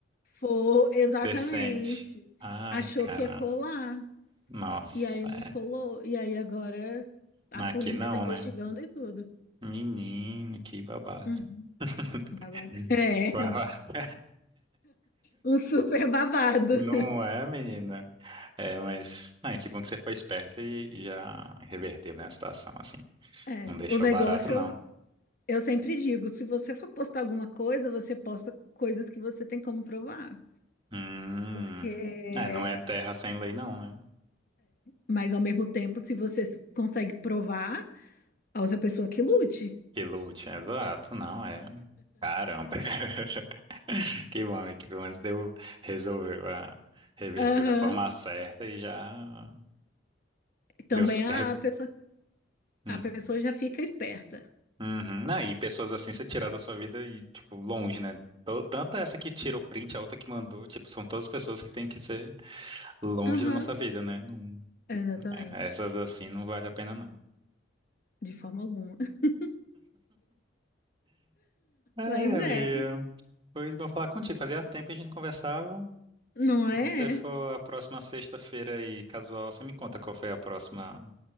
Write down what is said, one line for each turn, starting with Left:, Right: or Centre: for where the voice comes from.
Left: foi, exatamente.
Right: Decente. Ai,
Left: Achou
Right: cara.
Left: que ia colar,
Right: Nossa,
Left: e aí não
Right: é.
Left: colou, e aí agora a
Right: Aqui
Left: polícia
Right: não,
Left: tá investigando
Right: né?
Left: e tudo.
Right: Menino, que babado.
Left: Uhum.
Right: <laughs>
Left: Babado. <laughs> É,
Right: Babado.
Left: um super babado.
Right: Não é, menina? É, mas ai, que bom que você foi esperta e e já reverteu, né, a situação, assim.
Left: É,
Right: Não deixou
Left: o negócio,
Right: barato, não.
Left: eu sempre digo, se você for postar alguma coisa, você posta coisas que você tem como provar.
Right: Hum.
Left: Porque,
Right: É, não é terra sem lei, não, né?
Left: mas ao mesmo tempo, se você consegue provar, a outra pessoa que lute.
Right: Que lute, exato, não é. Caramba. <laughs> Que bom, amigo, que pelo menos deu, resolveu a reverter
Left: Aham.
Right: da forma certa e já
Left: Também
Right: deu. c-
Left: a
Right: re-
Left: pessoa,
Right: Hum.
Left: a pessoa já fica esperta.
Right: Uhum. Não, e pessoas assim você tirar da sua vida e, tipo, longe, né? Tô- Tanto essa que tirou print, a outra que mandou, tipo, são todas pessoas que têm que ser longe
Left: Aham,
Right: da nossa vida, né? Não-
Left: exatamente.
Right: é, essas assim não vale a pena, não.
Left: De forma alguma. <laughs>
Right: Ai,
Left: Mas
Right: amiga.
Left: é,
Right: Foi bom falar contigo. Fazia tempo que a gente não conversava.
Left: não
Right: Quando
Left: é?
Right: você for a próxima sexta-feira aí, casual, você me conta qual foi a próxima, o